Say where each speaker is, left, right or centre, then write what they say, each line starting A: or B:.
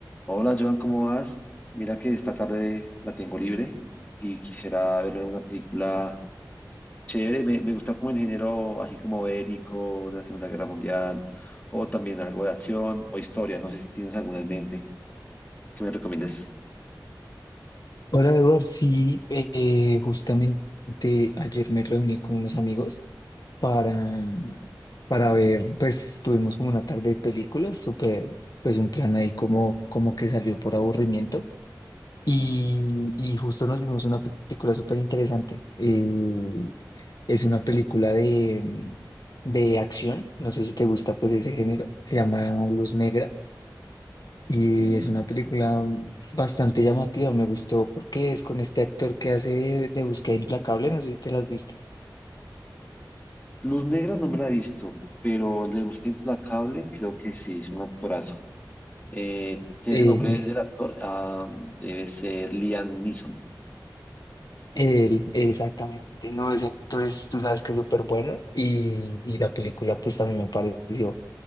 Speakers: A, on the left; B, on the left.
A: Hola Joan, ¿cómo vas? Mira que esta tarde la tengo libre y quisiera ver una película chévere. Me, me gusta como en género así como bélico de la Segunda Guerra Mundial o también algo de acción o historia. No sé si tienes alguna en mente que me recomiendes.
B: Hola Eduard, sí, eh, justamente ayer me reuní con unos amigos para, mm, para ver, pues tuvimos como una tarde de películas, súper, pues un plan ahí como, como que salió por aburrimiento y, y justo nos vimos una película súper interesante. Eh, es una película de, mm, de acción, no sé si te gusta pues ese género, se llama Luz Negra y
A: Eh,
B: es una película bastante llamativa, me gustó porque es con este actor que hace de Búsqueda Implacable, no sé si te lo has visto.
A: Luz Negra no me la he visto, pero de Busca Implacable creo que sí, es un actorazo. Eh, ¿tienes
B: Eh,
A: el nombre del actor? Ah, debe ser Liam Neeson.
B: él, exactamente, no, ese actor es, tú sabes que es súper bueno y, y la película pues también me pareció